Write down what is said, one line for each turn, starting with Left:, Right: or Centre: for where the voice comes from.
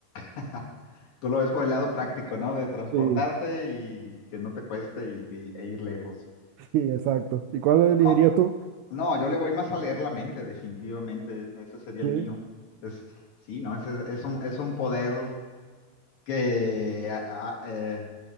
Left: <laughs> Tú lo ves por el lado práctico, ¿no? De transportarte
Right: Sí,
Left: y que no te cueste y, y- e ir lejos.
Right: sí, exacto. ¿Y cuál elegirías
Left: No,
Right: tú?
Left: no, yo le voy más a leer la mente, definitivamente. Ese sería
Right: Sí,
Left: el mío. Es, sí, no, ese es un, es un poder que ah, ah, eh,